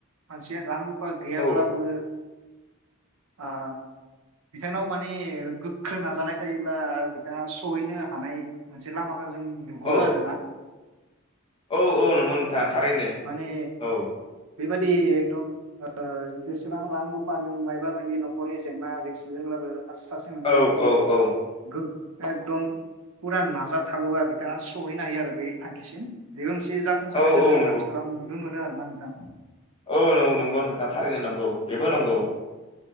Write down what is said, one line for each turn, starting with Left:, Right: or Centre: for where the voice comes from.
Right: मानसिया रां रुप फा गैयाब्लाबो
Left: औ
Right: ओ बिथांनाव माने गोख्रों नाजानाय थायोब्ला बिथाङा सहैनो हानाय मोनसे लामा खौ जों नुहुरो
Left: औ
Right: आरो ना
Left: औ नंगौ नोंथां
Right: औ
Left: थारैनो
Right: माने
Left: औ
Right: बेबादि एकदम ओ जेसेबां रां रुफानि मायाबा मायि न'खरनि जेंना जेंसिजोंब्लाबो सासे मोनसेया
Left: औ
Right: जुदि
Left: औ औ
Right: गो एकदम फुरा नाजाथाबोबा बिथाङा सहैनो हायो आरो बै थांखिसिम बेबो मोनसे फुंसारनायखौ
Left: औ औ
Right: जों
Left: नंगौ
Right: आथिखालाव नुनो मोनो आरोना नोंथां
Left: औ नोंगौ नंगौ नोंथां थारैनो नंगौ बेबो नंगौ